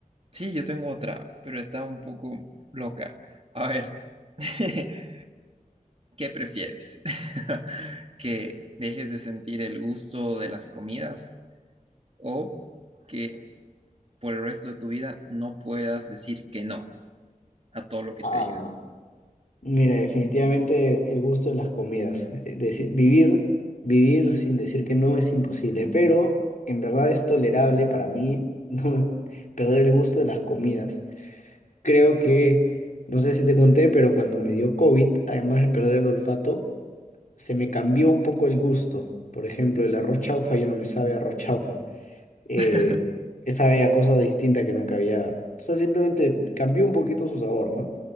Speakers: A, on the right (about 45°); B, on the left (about 70°).
A: sí, yo tengo otra, pero está un poco loca. A ver, <laughs> ¿qué prefieres? <laughs> ¿Que dejes de sentir el gusto de las comidas o que por el resto de tu vida no puedas decir que no a todo lo que
B: Ah,
A: te digan.
B: mira, definitivamente el gusto de las comidas. Eh, deci- vivir, vivir sin decir que no es imposible, pero en verdad es tolerable para mí <laughs> no perder el gusto de las comidas. Creo que, no sé si te conté, pero cuando me dio COVID, además de perder el olfato, se me cambió un poco el gusto. Por ejemplo, el arroz chaufa ya no me sabe a arroz chaufa, eh,
A: <laughs>
B: que sabe a cosas distintas que nunca había. O sea, simplemente cambió un poquito su sabor, ¿no?